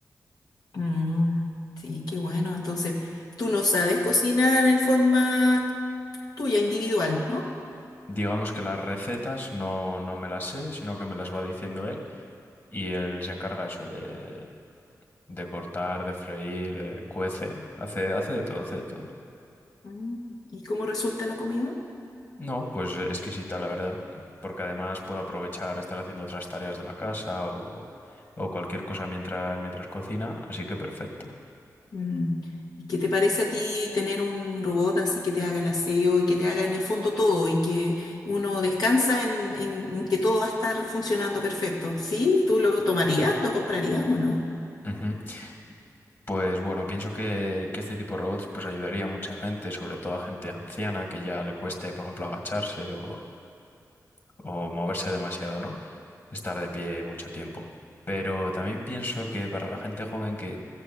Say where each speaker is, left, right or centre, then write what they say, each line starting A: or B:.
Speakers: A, on the left; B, on the left.
A: Mm, sí, qué bueno. Entonces, tú no sabes cocinar en forma tuya, individual, ¿no?
B: Digamos que las recetas no, no me las sé, sino que me las va diciendo él y él se encarga eso de, de cortar, de freír, eh, cuece, hace, hace de todo, hace de todo.
A: Mm, ¿y cómo resulta la comida?
B: No, pues eh, exquisita la verdad, porque además puedo aprovechar estar haciendo otras tareas de la casa o, o cualquier cosa mientras, mientras cocina, así que perfecto.
A: Mm. ¿Y qué te parece a ti tener un robot así que te haga el aseo y que te haga en el fondo todo y que uno descansa en, en- en que todo va a estar funcionando perfecto? ¿Sí? ¿Tú lo tomarías? ¿Lo comprarías o no?
B: Ujú. Pues bueno, pienso que, que este tipo de robots pues ayudaría a mucha gente, sobre todo a gente anciana que ya le cueste, por ejemplo, agacharse o, o moverse demasiado, ¿no? Estar de pie mucho tiempo. Pero también pienso que para la gente joven que,